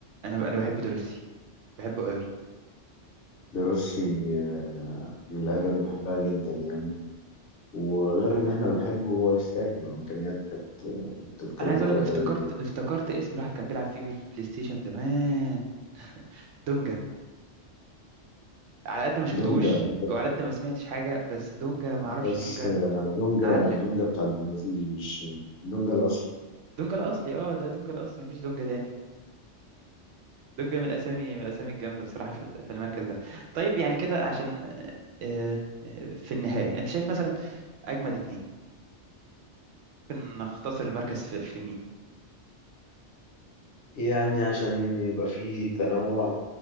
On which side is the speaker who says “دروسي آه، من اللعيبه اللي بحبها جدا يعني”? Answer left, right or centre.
Left